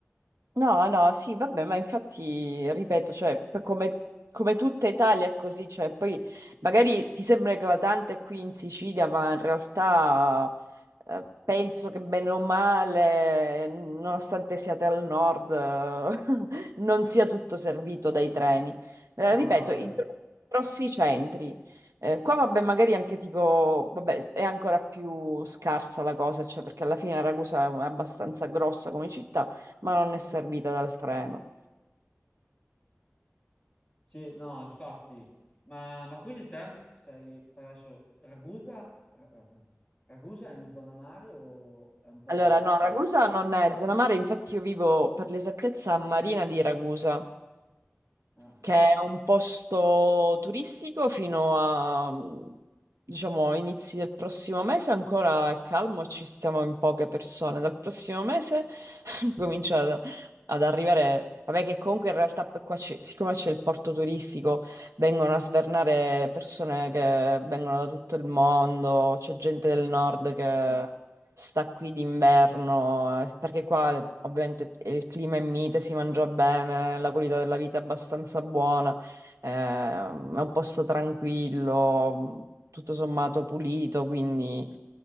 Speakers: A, on the right (about 85°); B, on the left (about 15°).
A: No, no, sì, vabbè, ma infatti, ripeto, cioè, per come, come tutta Italia è così, cioè, poi magari ti sembra eclatante qui in Sicilia, ma in realtà eh, penso che bene o male, nonostante siate al nord, eh, <laughs> non sia tutto servito dai treni. Eh,
B: No,
A: ripeto,
B: no, è vero.
A: i gro- grossi centri. Eh, qua, vabbè, magari anche tipo, vabbè, è ancora più scarsa la cosa, cioè, perché alla fine Ragusa è abbastanza grossa come città ma non è servita dal treno.
B: Sì, no, infatti. Ma, ma quindi te sei, per adesso, Ragusa, eh, eh, Ragusa è in zona mare o è un po'
A: Allora, no,
B: centro
A: Ragusa
B: città?
A: non è zona mare, infatti io vivo per l'esattezza a Marina di Ragusa,
B: Ah,
A: che è un posto turistico fino a, diciamo, inizi del prossimo mese, ancora è calmo, ci stiamo in poche persone. Dal prossimo mese <laughs> comincia ad ad arrivare, vabbè che comunque in realtà poi qua ci- siccome c'è il porto turistico, vengono a svernare persone che vengono da tutto il mondo, c'è gente del nord
B: vabbè.
A: che sta qui d'inverno, eh, perché qua eh, ovviamente il clima è mite, si mangia bene, la qualità della vita è abbastanza buona, ehm, è un posto tranquillo, mh, tutto sommato pulito, quindi